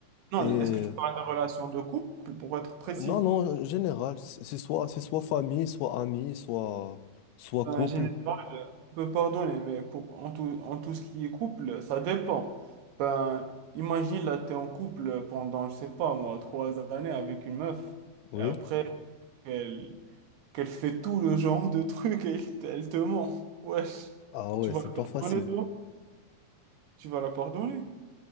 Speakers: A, on the right; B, on the left.
A: Non,
B: Et euh,
A: est-ce que tu parles de relations de couple, pour être précis?
B: non, non, en général, c'est c'est soit, c'est soit famille, soit ami, soit, soit couple.
A: Euh, généralement, euh, on peut pardonner, mais pour, en tout, en tout ce qui est couple, ça dépend. Ben, imagine, là, tu es en couple pendant, je sais pas, moi, trois années avec une meuf,
B: Oui.
A: et après, qu'elle qu'elle fait tout le genre de trucs et elle, te elle te ment. Wesh,
B: Ah ouais,
A: tu vas
B: c'est
A: la
B: pas facile.
A: pardonner, toi? Tu vas la pardonner?